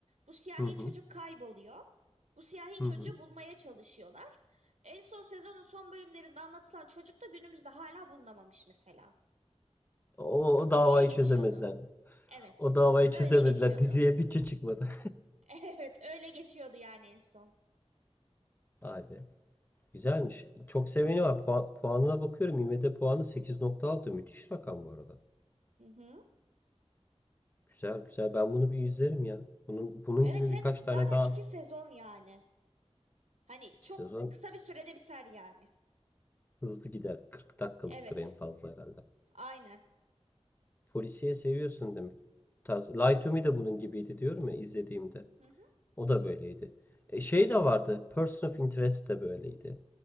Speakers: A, on the right; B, on the left.
A: Bu siyahi
B: Hı hı,
A: çocuk kayboluyor. Bu siyahi
B: hı
A: çocuğu
B: hı.
A: bulmaya çalışıyorlar. En son sezonun son bölümlerinde anlatılan çocuk da günümüzde hala bulunamamış mesela.
B: O, o davayı
A: Diye geçiyordu.
B: çözemediler.
A: Evet.
B: O davayı çözemediler.
A: Öyle geçiyordu.
B: <laughs> Diziye bütçe çıkmadı.
A: <laughs> Evet, öyle geçiyordu yani en son.
B: <laughs> Vay Güzelmiş. Çok seveni var. Puan, puanına bakıyorum. IMDb puanı 8.6. Müthiş rakam bu arada.
A: Hı hı.
B: Güzel güzel. Ben bunu bir izlerim ya. Bunun, bunun
A: Evet
B: gibi
A: hem
B: birkaç tane
A: zaten
B: daha.
A: iki sezon yani. Hani
B: İki
A: çok
B: sezon
A: kısa bir sürede biter yani.
B: hızlı gider. 40 dakikalıktır
A: Evet.
B: en fazla herhalde.
A: Aynen.
B: Polisiye seviyorsun demek. Bu tarz. Lie to Me de bunun gibiydi diyorum ya izlediğimde.
A: Hı hı.
B: O da böyleydi. E, şey de vardı. Person of Interest de böyleydi.